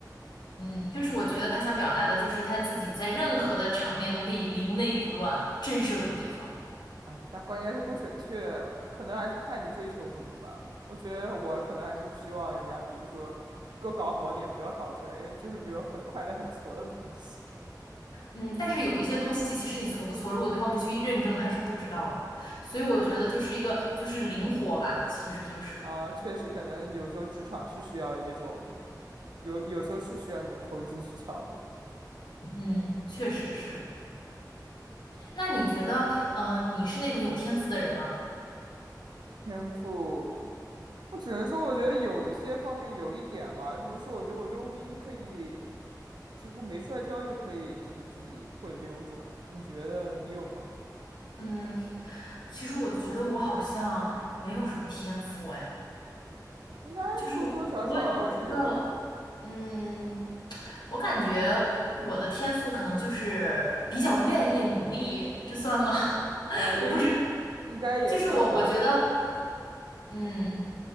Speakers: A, on the left; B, on the right.
A: 嗯，就是我觉得他想表达的就是他自己在任何的场面都可以临危不乱，震慑住对方。
B: 哎，但关键是不准确，可能还是看你追求什么吧。我觉得我可能还是希望人家比如说给我搞好点，不要搞成就是比如很快的很挫的东西
A: 嗯，但是有一些东西，其实你挫不挫，如果对方不去认证，他是不知道的。所以我觉得就是一个就是灵活吧，其实就是，
B: 啊。确实，可能有时候职场是需要这种，有有时候是需要这种投机取巧的
A: 嗯，确实是。那你觉得，呃，你是那种有天赋的人吗？
B: 天赋。我只能说，我觉得有些方面有一点吧，比如说，我觉得我溜冰可以几乎没摔跤就可以，就是自己会溜这样。你觉得你有吗？
A: 嗯，其实我觉得我好像没有什么天赋，哎，
B: 应该多多少少还是有一点，
A: 就是我我觉得，嗯，我感觉我的天赋可能就是比较愿意努力，这算吗？
B: 呃，
A: <laughs>
B: 也
A: 我不知道，
B: 应该也算吧。
A: 就是我我觉得，嗯。